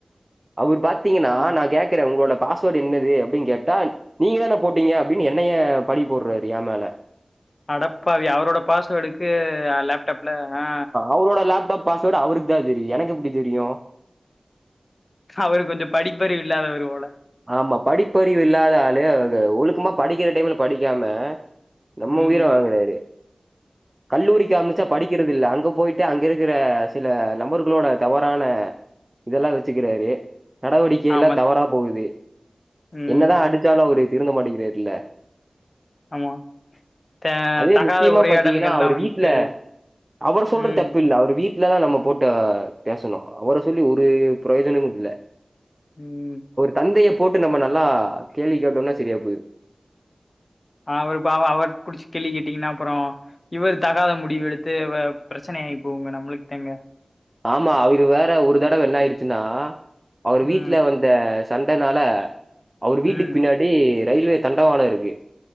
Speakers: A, on the right; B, on the left.
A: அவரு பாத்தீங்கன்னா
B: ம்
A: நா கேக்கறே உங்களோட பாஸ் என்னது அப்டின்னு கேட்டா நீங்க தான போட்டீங்க அப்டின்னு என்னய பழி போட்றாரு ஏ மேல
B: அடப்பாவி அவரோட பாஸ்வேர்டுக்கு லேப்டாப்ல ஆ
A: அவரடு லாப் டாப் பாஸ்வேர்டு அவருக்கு தா தெரியு எனக்கு எப்டி தெரியு
B: அவரு கொஞ்சோ படிப்பறிவு இல்லாதவரு போல
A: ஆமா படிப்பறிவு இல்லாத ஆளு அது ஒழுக்கமா படிக்கிற டைம்ல படிக்காம நம்ம
B: ம்
A: உயிர வாங்குறாரு கல்லூரிக்கு அமிச்சா படிக்கறதுல்ல அங்க போயிட்டு அங்க இருக்கற சில நம்பர்களோட தவறான இதெல்லா வெச்சுக்கறாரு நடவடிக்கை
B: ஆமா
A: எல்லா தவறா போகுது
B: ம்
A: என்னதா அடிச்சாலு அவரு திருந்த மாட்டிக்கிறார்ல்ல
B: ஆமா த
A: அதுவே
B: தகாத
A: முக்கியமா
B: உரையாடல்கள்லா
A: பாத்தீங்கன்னா அவரு
B: வந்துட்டு
A: வீட்ல அவர சொல்ற
B: ம்
A: தப்பு இல்ல அவரு வீட் லதா நம்ம போட்டு பேசணு அவர சொல்லி ஒரு பிரயோஜனமு இல்ல
B: ம்
A: தந்தய போட்டு நம்ம நல்லா கேள்வி கேட்டோன்னா சரியா போய்ரு
B: அவரு பாவோ அவர் புடிச்சு கேள்வி கேட்டீங்கன்னா அப்றோ இவரு தகாத முடிவெடுத்து பிரச்சனை ஆகி போகுங்க நம்மளுக்தாங்க
A: ஆமா அவிரு வேற ஒரு தடவ என்னாயிருச்சுன்னா அவரு வீட்ல
B: ம்
A: வந்து இந்த சண்டனால அவர்
B: ம்
A: வீட்டுக் பின்னாடி ரயில்வே தண்டவாளோ இருக்கு